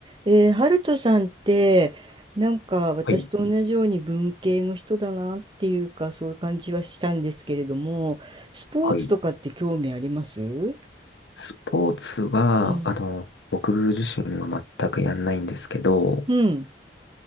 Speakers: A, on the right (about 25°); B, on the left (about 70°).
A: えー、ハルトさんってなんか私と同じように文系の人だなっていうかそういう感じはしたんですけれどもスポーツとかって興味あります
B: はい、はい。スポーツは、
A: うん。
B: あの、僕自身は全くやんないんですけど、
A: うん。